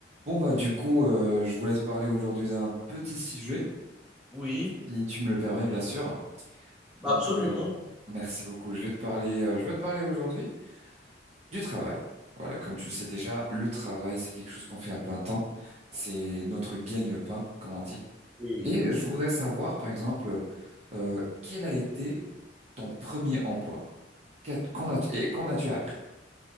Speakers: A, on the right; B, in the centre.
A: Bon bah du coup, euh, je voulais te parler aujourd'hui d'un petit sujet,
B: Oui,
A: si tu me le permets bien sûr. Donc
B: absolument,
A: euh, merci beaucoup. Je vais te parler, euh, je vais te parler aujourd'hui du travail. Voilà, comme tu le sais déjà, le travail c'est quelque chose qu'on fait à plein temps. C'est notre gagne-pain, comme on dit.
B: oui.
A: Et je voudrais savoir par exemple, euh, quel a été ton premier emploi? Qu'a- Qu'en as, et qu'en as-tu appris?